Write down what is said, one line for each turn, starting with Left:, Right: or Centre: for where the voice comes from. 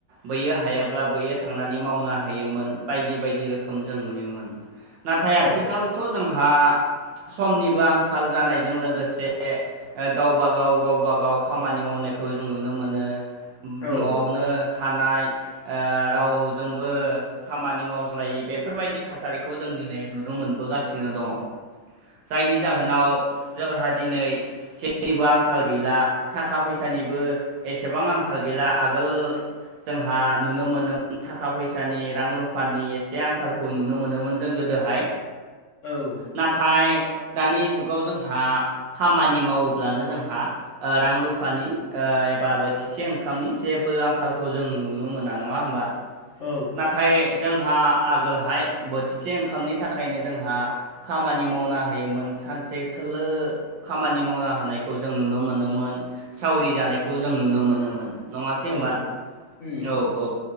Right: बैयो हायाब्ला बैयो थांनानै मावना होयोमोन बायदि बायदि रोखोम जों नुयोमोन। नाथाय
Left: औ
Right: आथिखालथ' जोंहा समनिबो आंखाल जानायजों लोगोसे गावबा गाव गावबा गाव खा खामानि मावनायखौ जों नुनो मोनो
Left: औ
Right: न'आवनो थानाय ओ रावजोंबो खामानि मावज्लायै बेफोरबायदि थासारिखौ जों दिनै नुनो मोनबोगासिनो दङ'। जायनि जाहोनाव जोंहा दिनै जेरैबो आंखाल गैला थाखा फैसानिबो एसेबां आंखाल गैला आगोल जोंहा नुनो मोनोमोन थाखा फैसानि रां रुफानि एसे आंखालखौ नुनो मोनोमोन जों गोदोहाय
Left: औ
Right: नाथाय दानि जुगाव जोंहा खामानि मावोब्लानो जोंहा रां रुफानि ओ एबा बोथि से ओंखामनि जेबो आंखालखौ जों नुनो मोना नङा होमबा?
Left: औ
Right: नाथाय जोंहा आगोलहाय बोथिसे ओंखामनि थाखायनो जोंहा खामानि मावना होयोमोन सानसे थोलो खामानि मावना होनायखौ जों नुनो मोनोमोन सावरि जानायखौ जों नुनो मोनोमोन। नङासै
Left: औ
Right: होमबा
Left: उम
Right: औ औ